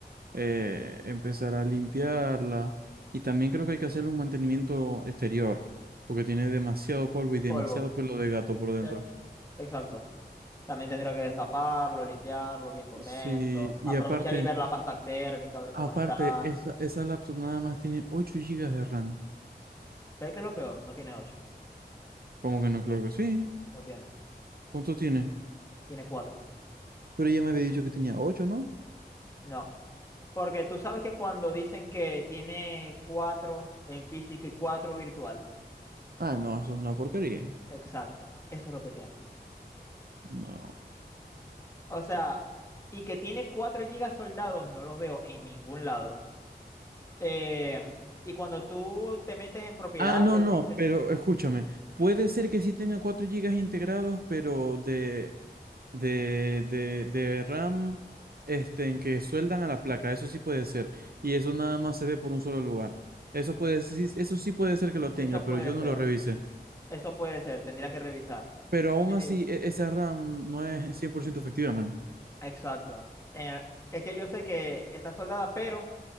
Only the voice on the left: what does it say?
Polvo.
Sí, Exacto. También tendría que destaparlo, limpiarlo bien por
dentro.
Aprovechar
y ver la pasta térmica, ver cómo
está.
¿Sabes qué es lo peor? No tiene ocho.
No tiene.
Tiene cuatro.
No, porque tú sabes que cuando dicen que tiene cuatro en físico y cuatro virtual,
exacto, eso es lo que tiene.
O sea, y que tiene cuatro gigas soldados, no los veo en ningún lado. Em, y cuando tú te metes en propiedades,
¿viste?
eso
puede
ser,
eso puede ser, tendría que revisar.
Eh,
exacto. Eh, es que yo sé que está soldada, pero...